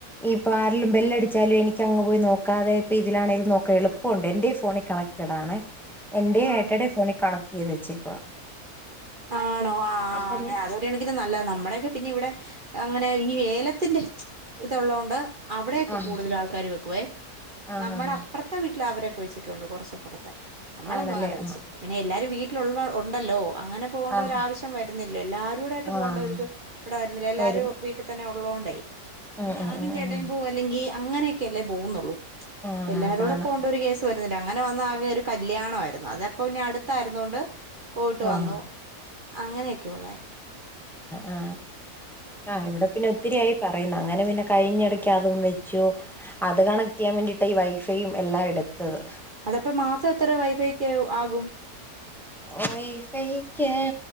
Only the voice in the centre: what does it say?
ഇപ്പം ആരേലും ബെല്ലടിച്ചാലും എനിക്ക് അങ്ങ് പോയി നോക്കാതെ ഇപ്പ ഇതിലാണെങ്കിലും നോക്കാം എളുപ്പമുണ്ട് എന്റയും ഫോണിൽ കണക്റ്റഡ് ആണേ എന്റെ
ഏട്ടടെ ഫോണിൽ കണക്ട് ചെയ്ത് വെച്ചേക്കുവാ
അപ്പം
ആഹ്
ആഹ്
ആഹ്
ആണല്ലേ
ആഹ്
ആഹ്
ആഹ്
വരും
ഉം
ഉം
ഉം ഉം
ആണ്
അതാണ്
ആഹ്
ആ ആ ഇവിടെ പിന്നെ ഒത്തിരിയായി പറ പറയുന്ന അങ്ങനെ പിന്നെ കഴിഞ്ഞിടയ്ക്ക് അതും വെച്ചു അത് കണക്ട് ചെയ്യാൻ വേണ്ടിട്ടാണ് ഈ വൈഫൈയും എല്ലാം എടുത്തത്
വൈഫൈക്ക്